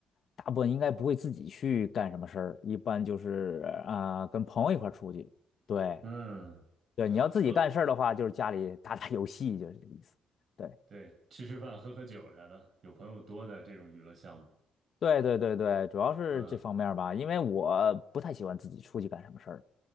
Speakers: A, on the left (about 60°); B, on the right (about 55°).
A: 大部分应该不会自己去干什么事儿，一般就是啊跟朋友一块儿出去。对
B: 嗯，
A: 对，你要自己干事儿的话，
B: 喝，
A: 就是家里打打游戏，就是这个意思。对。
B: 对，吃吃饭，喝喝酒啥的，有朋友多的这种娱乐项目，
A: 对对对对，主要是这方面儿吧，
B: 嗯，
A: 因为我不太喜欢自己出去干什么事儿。